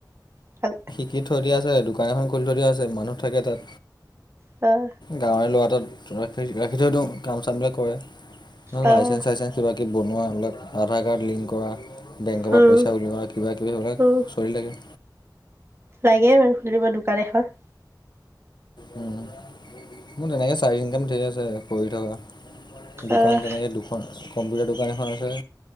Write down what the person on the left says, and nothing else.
সিকি থৈ দিয়া আছে, দোকান এখন খুলি থৈ দিয়া আছে, মানুহ থাকে তাত।
গাঁৱৰে ল'ৰাটোত ৰাখি-ৰাখি থৈ দিওঁ কাম চামবিলাক কৰে।
লাইচেন্ঞ্চ-চাইচেন্স, কিবা কিবি বনোৱা, এইবিলাক আধাৰ কাৰ্ড লিংক কৰা, বেংকৰ
পৰা পইচা উলিওৱা কিবা কিবি সেইবিলাক
চলি থাকে।
উম মোৰ তেনেকৈ চাইড ইনকাম ধেৰ আছে কৰি থাকা। দোকান
তেনেকৈ দুখন। কম্পিউটাৰ দোকান এখন আছে,